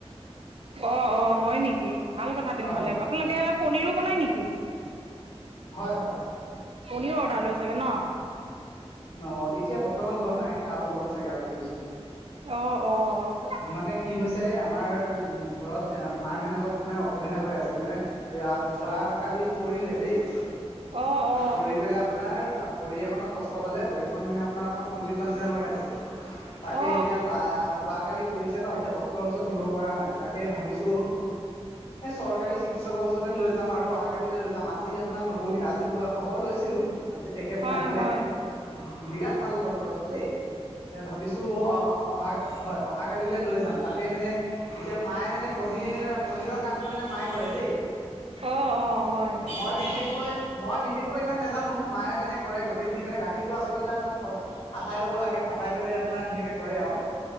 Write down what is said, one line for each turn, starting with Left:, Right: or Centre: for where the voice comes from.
Right: অ', অ', হয় নেকি। ভাল কথা তেনেহ'লে
Left: হয় হয়
Right: আপোনালোকে পনীৰো বনাই নেকি?
Left: হয়-হয়,
Right: পনীৰ অৰ্ডাৰ লৈচেগে ন।
Left: অ' এতিয়া বৰ্তমান লোৱা নাই আৰু ল'ম চাগে আৰু কি পিছত
Right: অ-অ,
Left: মানে কি হৈছে আমাৰ উ ঘৰত মাৰ মানে অলপ মানে অসুবিধা হৈ আছে মানে যোৱা কালি পৰিলে দেই
Right: অ অ
Left: পৰি পেলাই আপোনাৰ ভৰি এখনত ক ক পালে ভৰিখন মানে আপোনাৰ অকণ ফুলিচ যোৱা নিচিনা হৈ আছে। তাকে
Right: অ অ
Left: এতিয়া যোৱাকালি পৰিছে ন এতিয়া ডক্টৰৰ ওচৰত নিব পৰা নাই তাকেই ভাবিছোঁ টো চৰকাৰী চিকিৎসকৰ ওচৰত যাম আৰু অহা কালিলৈ লৈ যাম আজি আপোনাৰ নবহিলে আজি খবৰ লৈছিলো আজি তেখেত
Right: হয়
Left: নাহিলে।
Right: হয়
Left: বিৰাট ভাল ডক্তৰজন দেই।
Right: উম।
Left: এ ভাবিছো অ-অ অহা হয় অহা কালিলৈ লৈ যাম তাকে মানে এতিয়া মায়ে মানে পনীৰ পনী-পনীৰৰ কামটো মানে মায়ে কৰে দেই।
Right: অ অ হয়
Left: অ' মই বিশেষকৈ মই বিশেষকৈ ইমান নাজানো মায়ে মানে কৰে গোটেইখিনি মানে গা আচলতে আপোনাৰ ফাটাই ল'ব লাগে ফাটাই পেলাই আপোনাৰ সেনেকে কৰে আৰু।